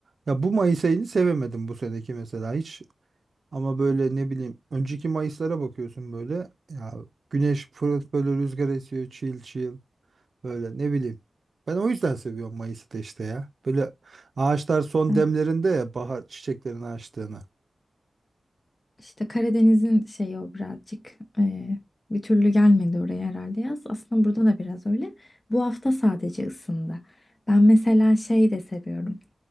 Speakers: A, on the right (about 60°); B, on the left (about 35°).
A: Ya bu Mayıs ayını sevemedim bu seneki mesela hiç. Ama böyle ne bileyim önceki Mayıs'lara bakıyorsun böyle. Ya güneş fırıf böyle rüzgar esiyor chill chill böyle ne bileyim. Ben o yüzden seviyorum Mayıs'ı da işte ya. Böyle ağaçlar son
B: İşte,
A: demlerinde ya bahar çiçeklerini açtığını.
B: işte Karadeniz'in şeyi o birazcık ee, bir türlü gelmedi oraya herhalde yaz. Aslında burada da biraz öyle. Bu hafta sadece ısındı. Ben mesela şey de seviyorum.